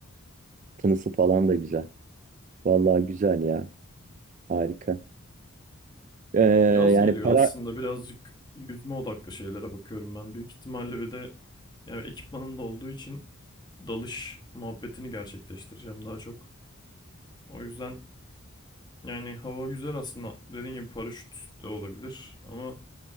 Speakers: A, on the right; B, on the left.
A: Tınısı falan da güzel. Vallahi güzel ya. Harika. Ee,
B: Yaz
A: yani
B: geliyor
A: para
B: aslında birazcık yüzme odaklı şeylere bakıyorum ben. Büyük ihtimalle bir de yani ekipmanım da olduğu için dalış muhabbetini gerçekleştireceğim daha çok. O yüzden Yani hava güzel aslında. Dediğim gibi paraşüt de olabilir ama